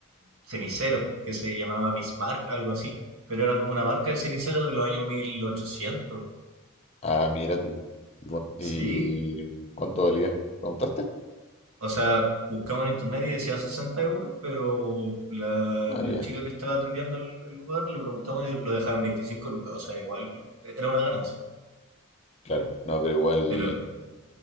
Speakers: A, on the right; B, on the left.
A: cenicero que se llamaba Bismarck, algo así, pero era como una marca de ceniceros de los años mil ochocientos
B: Ah, mira tú. ¿Y cuán- y
A: Sí,
B: cuánto valía? ¿Preguntaste?
A: o sea, buscamos en internet y decía 60 euros, pero la,
B: Ah,
A: la
B: ya.
A: chica que estaba atendiendo el, el lugar le preguntamos y lo dejaban 25 lucas, o sea, igual era una ganancia,
B: Claro. No, pero igual...
A: pero